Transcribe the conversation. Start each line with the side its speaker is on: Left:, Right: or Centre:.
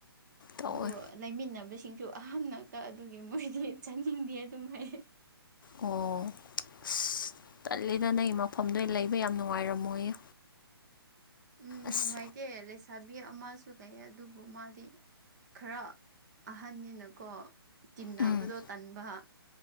Left: ꯇꯧꯋꯦ
Right: ꯂꯣ ꯂꯩꯃꯤꯟꯅꯕꯁꯤꯡꯁꯨ ꯑꯍꯟ ꯅꯥꯛꯇ ꯑꯗꯨꯒꯤ ꯃꯣꯏꯗꯤ ꯆꯥꯅꯤꯡꯗꯦ ꯑꯗꯨꯝ ꯍꯥꯏ
Left: ꯑꯣ ꯑꯁ ꯇꯜꯂꯤꯗ ꯅꯩ ꯃꯐꯝꯗꯣ ꯂꯩꯕ ꯌꯥꯝ ꯅꯨꯡꯉꯥꯏꯔꯝꯃꯣꯏꯌꯦ
Right: ꯎꯝ
Left: ꯑꯁ
Right: ꯅꯨꯡꯉꯥꯏꯇꯦ ꯂꯩꯁꯥꯕꯤ ꯑꯃꯁꯨ ꯂꯩꯌꯦ ꯑꯗꯨꯕꯨ ꯃꯥꯗꯤ ꯈꯔ ꯑꯍꯟꯅꯤꯅꯀꯣ ꯇꯤꯟꯅꯕꯗꯣ
Left: ꯎꯝ
Right: ꯇꯟꯕ